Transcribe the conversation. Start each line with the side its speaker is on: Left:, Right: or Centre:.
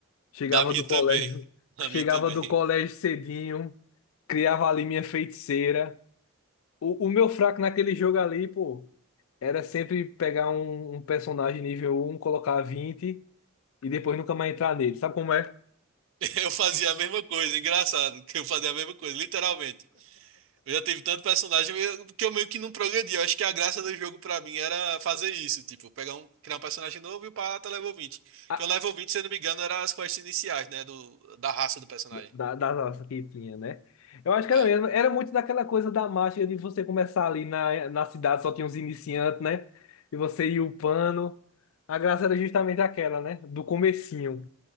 Left: Chegava
Right: Da minha
Left: do
Right: também.
Left: colégio,
Right: Da
Left: chegava
Right: minha também.
Left: do
Right: <laughs>
Left: colégio cedinho, criava ali minha feiticeira. O, o meu fraco naquele jogo ali, pô, era sempre pegar um, um personagem nível um colocar 20 e depois nunca mais entrar nele. Sabe como é?
Right: Eu fazia a mesma coisa, engraçado, que eu fazia a mesma coisa, literalmente. Eu já tive tanto personagem eu- que eu meio que não progredi. Eu acho que a graça do jogo pra mim era fazer isso, tipo, pegar um, criar um personagem novo e o pata level 20.
Left: A-
Right: Que o level vinte se eu não me engano, era as quests iniciais, né, do, da raça do personagem.
Left: da, da nossa que tinha, né? Eu acho que
Right: É,
Left: era mesmo. Era muito daquela coisa da mágica de você começar ali na, na cidade, só tinha os iniciantes, né? E você ia upando. A graça era justamente aquela, né? Do comecinho.